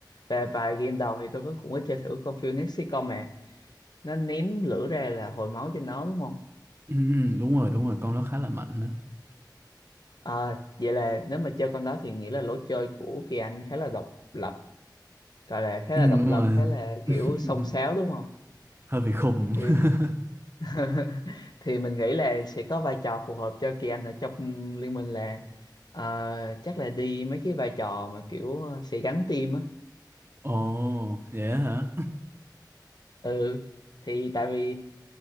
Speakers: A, on the left; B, on the right.
A: và vài game đầu thì tôi có cũng có chơi thử con Phoenix Recon nè nó ném lửa ra là hồi máu trên nó đúng không
B: Ừ, ừ, đúng rồi đúng rồi con nó khá là mạnh đó
A: à, vậy là nếu mà chơi con đó thì nghĩa là lối chơi của Kỳ Anh khá là độc lập gọi là khá
B: ừ,
A: là độc
B: đúng rồi
A: lập khá là kiểu
B: <laughs>
A: xông xáo đúng không
B: hơi bị khùng
A: thì
B: <laughs>
A: <laughs> thì mình nghĩ là sẽ có vai trò phù hợp cho Kỳ Anh ở trong liên minh là ờ, chắc là đi mấy cái vai trò mà kiểu ờ, sẽ gắn team á
B: ồ vậy á hả
A: ừ thì tại vì